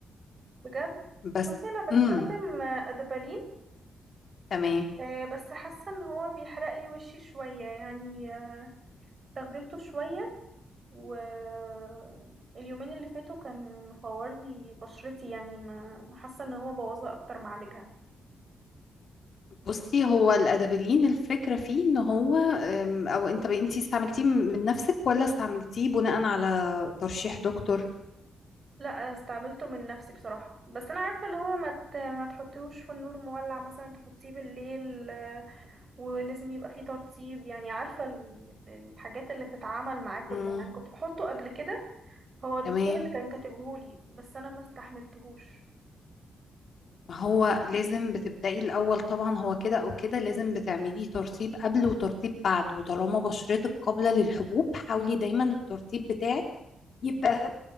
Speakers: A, on the right (about 35°); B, on the left (about 50°).
A: بجد
B: بس
A: بصي انا بستخدم
B: امم
A: آه، ادبالين
B: تمام
A: آه، بس حاسة ان هو بيحرق لي وشي شوية يعني آه، استخدمته شوية واليومين اللي فاتوا كان مفور لي بشرتي يعني ما حاسه ان هو بوظها اكتر ما عالجها
B: بصي هو الأدابلين الفكرة فيه إن هو أم، أو أنت أنت استعملتيه من نفسك ولا استعملتيه بناء على ترشيح دكتور
A: لا استعملته من نفسي بصراحه بس انا عارفه اللي هو ما ت- ما تحطيهوش في النور مولع مثلا تحطيه بالليل آه، ولازم يبقى فيه ترطيب يعني عارفه ال- الحاجات اللي بتتعامل معاه كلها
B: امم
A: يعني كنت بحطه قبل كده هو دكتور
B: تمام
A: اللي كان كاتبهولي بس انا ما استحملتهوش
B: ما هو لازم بتبدأي الأول طبعا هو كده أو كده لازم بتعملي ترطيب قبل وترطيب بعد وطالما بشرتك قابلة للحبوب حاولي دايما الترطيب بتاعك يبقى